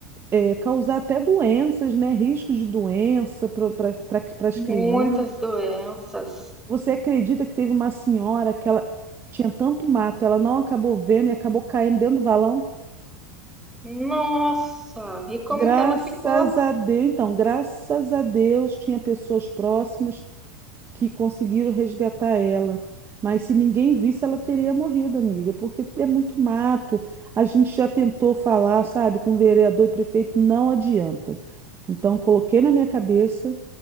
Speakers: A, on the right (about 25°); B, in the centre.
A: eh, causar até doenças, né? Riscos de doença para para as
B: Muitas
A: crianças.
B: doenças.
A: Você acredita que teve uma senhora que ela tinha tanto mato, ela não acabou vendo e acabou caindo dentro do valão?
B: Nossa, e como
A: Graças
B: que ela ficou?
A: a Deus, então, graças a Deus tinha pessoas próximas que conseguiram resgatar ela. Mas se ninguém visse, ela teria morrido, amiga, porque é muito mato. A gente já tentou falar, sabe, com vereador e prefeito, não adianta. Então, coloquei na minha cabeça